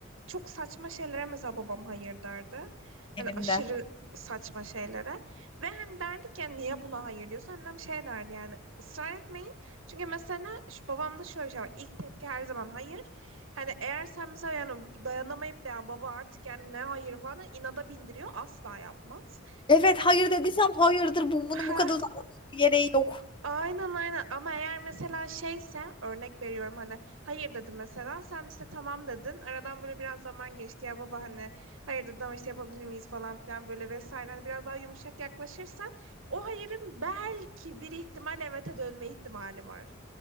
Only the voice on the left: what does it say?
benim
de.
Evet hayır dediysem hayırdır bu- bunun
bu kadar uzatmanın bir gereği yok.